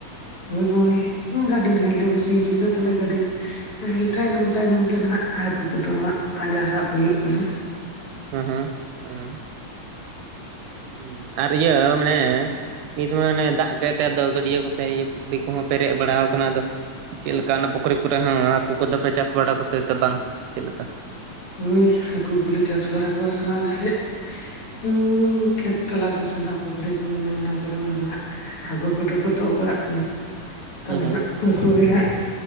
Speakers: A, on the left; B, on the right.
A: ᱦᱳᱭ ᱚᱭ ᱜᱟᱹᱰᱤ ᱱᱟᱦᱮᱞ ᱛᱮᱠᱚ ᱥᱤ ᱦᱚᱪᱚᱭᱫᱟ ᱛᱟᱞᱦᱮ ᱜᱟᱹᱰᱤ ᱾ ᱱᱟᱦᱮᱞ ᱛᱟᱭᱱᱚᱢ ᱛᱟᱭᱱᱚᱢ ᱛᱮ ᱱᱟᱦᱟᱜ ᱦᱟᱠᱩ ᱠᱚᱫᱚ ᱟᱸᱜ ᱯᱟᱸᱡᱟ ᱥᱟᱵ ᱦᱩᱭᱩᱜ ᱠᱟᱱᱟ ᱾
B: ᱮᱸ ᱦᱮᱸ <unintelligible> ᱦᱩᱸ ᱟᱨ ᱤᱭᱟᱹ ᱢᱟᱱᱮ ᱱᱤᱛ ᱢᱟᱱᱮ ᱫᱟᱜ ᱠᱮᱜ ᱛᱮ ᱟᱫᱚ ᱜᱟᱹᱰᱤᱭᱟᱹ ᱠᱚᱥᱮ ᱤᱭᱟᱹ ᱯᱩᱠᱷᱨᱤ ᱠᱩᱦᱚᱸ ᱯᱮᱨᱮᱡ ᱵᱟᱲᱟᱣ ᱠᱟᱱᱟ ᱟᱫᱚ ᱾ ᱪᱮᱞᱠᱟ ᱚᱱᱟ ᱯᱩᱠᱷᱨᱤ ᱠᱚᱨᱮ ᱦᱚᱸ ᱦᱟᱹᱠᱩ ᱠᱚᱫᱚᱯᱮ ᱪᱟᱥ ᱵᱟᱲᱟ ᱠᱚ ᱥᱮ ᱵᱟᱝ ᱪᱮᱫ ᱞᱮᱠᱟ?
A: ᱦᱩᱭ ᱦᱟᱹᱠᱩ ᱠᱚᱞᱮ ᱪᱟᱥ ᱵᱟᱲᱟ ᱠᱚᱣᱟ ᱨᱮᱦᱚᱸ ᱡᱟᱦᱟᱸᱭᱟᱜ ᱦᱩᱸ ᱠᱷᱮᱛ ᱛᱟᱞᱟ ᱠᱚ ᱥᱮᱱᱟᱜ ᱯᱩᱠᱷᱨᱤ ᱠᱚ ᱢᱮᱱᱟᱜᱼᱟ ᱚᱱᱟ ᱠᱚᱨᱮᱱ ᱫᱚ ᱱᱟᱦᱟᱜ ᱾ ᱦᱟᱠᱩ ᱠᱚᱫᱚ ᱠᱚ ᱛᱳᱜ ᱵᱟᱲᱟᱜ ᱠᱟᱱᱟ ᱛᱟᱦᱞᱮ
B: ᱦᱩᱸ ᱦᱩᱸ
A: ᱱᱟᱜ ᱾ ᱩᱱᱠᱩ ᱜᱮ ᱦᱟᱸᱜ